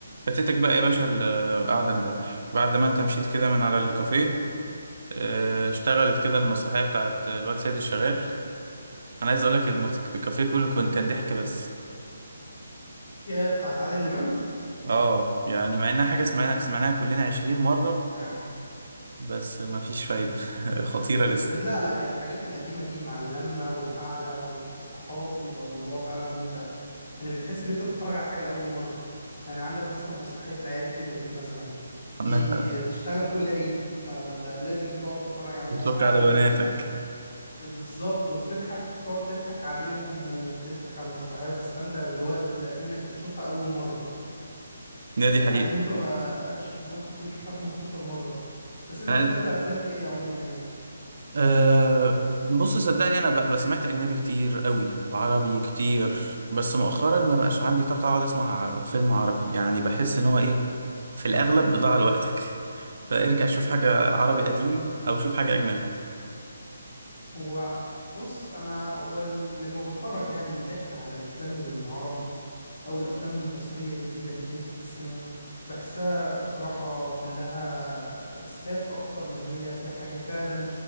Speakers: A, on the right; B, on the left.
A: فاتتك بقى يا باشا القعدة امبارح بعد ما انت مشيت كده من على الكافيه اه، اشتغلت كده المسرحية بتاعت الواد سيد الشغال انا عايز اقولك المس- الكافيه كله كان كان ضحك بس
B: يا بتاعت عادل امام
A: اه يعني مع انها حاجة سمعناها سمعناها كلنا عشرين مرة
B: يعني
A: بس ما فيش فايدة <laughs> خطيرة لسه
B: لا لا يا الحاجات القديمه دي مع اللمه والقعده والصحاب بيبقى الموضوع فعلا ممتع يعني بتحس ان انت بتتفرج على حاجه لاول مره يعني عندك مثلا مسرحيه العيال كبرت مثلا دي
A: مثلا
B: بتشتغل كل عيد فانت لازم تقعد تتفرج عليها
A: بتشك
B: مع
A: على
B: اهلك
A: بناتك
B: و... بالظبط وبتضحك بتقعد تضحك عليهم وبتضحك على المسرحيه وبتستمتع بالوقت اكنك بتشوفها اول مره
A: ده دي حقيقة
B: مع ان انت ما... شو- ممكن تكون شفتها 15 مره بس انت
A: انا
B: بتحب افلام ايه عموما يعني
A: أه بص صدقني انا بقى سمعت اجنبي كتير قوي وعربي كتير بس مؤخرا ما بقاش عندي طاقه اقعد اسمع فيلم عربي يعني بحس ان هو ايه في الاغلب اضاعه لوقتك فارجع شوف حاجه عربي قديم او شوف حاجه اجنبي
B: هو بص انا وال- لما بتفرج يعني من الاخر على الافلام العربي او الافلام المصريه الجديده اللي بتنزل في السينما بحسها بصراحه كلها اسفاف اكتر ما هي فيها حاجه فعلا